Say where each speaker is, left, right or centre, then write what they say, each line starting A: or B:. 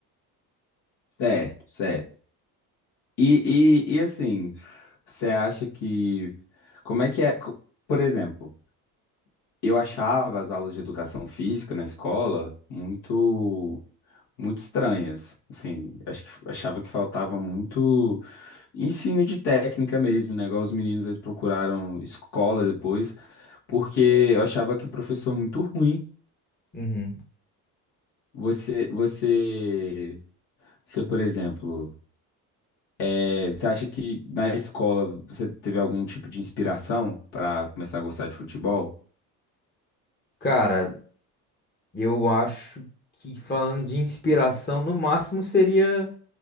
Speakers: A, on the left; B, on the left.
A: certo, certo. E, e, e assim, você acha que, como é que é? Co- Por exemplo, eu achava as aulas de educação física na escola muito muito estranhas. Assim, acho que achava que faltava muito ensino de técnica mesmo, né? Igual os meninos, eles procuraram escola depois, porque eu achava que professor muito ruim.
B: Uhum.
A: Você, você, você, por exemplo, é, você acha que na escola você teve algum tipo de inspiração para começar a gostar de futebol?
B: Cara, eu acho que falando de inspiração, no máximo seria